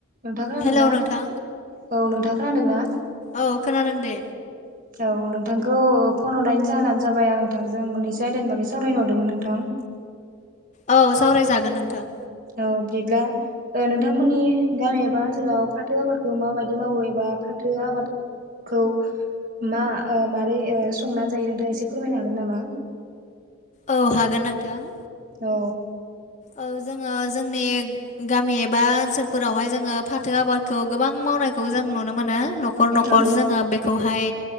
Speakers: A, on the right (about 40°); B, on the left (about 35°).
A: नोंथाङ खोनादोंना
B: हेलौ
A: औ
B: नोंथां
A: नोंथाङ खोनादोंना?
B: औ खोनादों दे।
A: <inaudible> औ नोंथांखौ फन हरनायनि जाहोनानो जाबाय आं नोंथांजों मोननैसो आयदानि बागै सावरायनो हरदोंमोन नोंथां।
B: औ सावरायजागोन नोंथां।
A: औ बिदिब्ला ओ नोंथांमोननि गामि एबा ओनसोलाव फाथो आबादखौ माबायदि मावो एबा फाथो आबाद खौ मा ओ मारै ओ संना जायो नोंथाङा एसे फोरमायनो हागोन नामा?
B: औ हागोन नोंथां।
A: औ
B: ओ जोङो जोंनि गामि एबा ओनसोलफोरावहाय जोङो फाथो आबादखौ गोबां मावनायखौ जों नुनो मोनो नख न'खर न'खर
A: औ
B: जोङो बेखौहाय